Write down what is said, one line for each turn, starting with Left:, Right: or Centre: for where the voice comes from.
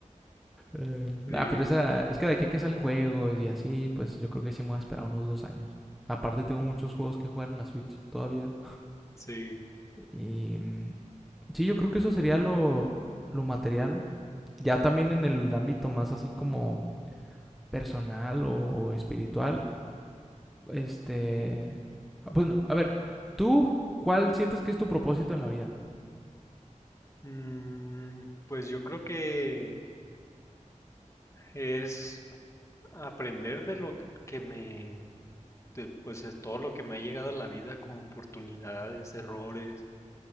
Centre: Eh,
Left: Sí,
Centre: ah, pero esa, es que de aquí a que salen juegos y así, pues yo creo que sí me voy a esperar unos dos años. Aparte tengo muchos juegos que jugar en la Switch todavía.
Left: sí.
Centre: Y mm, sí, yo creo que eso sería lo, lo material. Ya también en el ámbito más así como personal o, o espiritual. Este... ah, Pues no, a ver, ¿tú cuál sientes que es tu propósito en la vida?
Left: Mm, pues yo creo que es aprender de lo que me, de, pues es todo lo que me ha llegado a la vida como oportunidades, errores